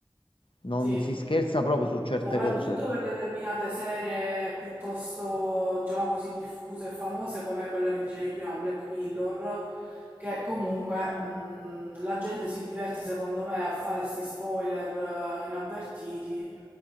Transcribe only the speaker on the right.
Sì.
Soprattutto
per determinate serie piuttosto, diciamo così, diffuse e famose come quella che dicevi prima, Black Mirror, che comunque mh, la gente si diverte secondo me a fare sti spoiler eh, inavvertiti.